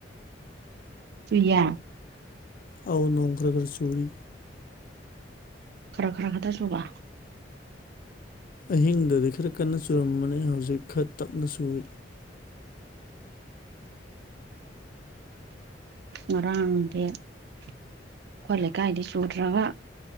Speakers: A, on the right; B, on the left.
A: ꯆꯨꯏꯌ‌ꯦ
B: ꯑꯥꯎ ꯅꯣꯡ ꯈꫪ ꯈꫪ ꯆꯨꯔꯤ
A: ꯈꯔ ꯈꯔ ꯈꯛꯇꯥ ꯆꯨꯕ
B: ꯑꯍꯤꯡꯗꯗꯤ ꯈꯔ ꯀꯟꯅ ꯆꯨꯔꯝꯕꯅꯤ ꯍꯧꯖꯤꯛ ꯈꯔ ꯇꯞꯅ ꯆꯨꯏ
A: ꯉꯔꯥꯡꯗꯤ ꯑꯩꯈꯣꯏ ꯂꯩꯀꯥꯏꯗꯤ ꯆꯨꯗ꯭ꯔꯒ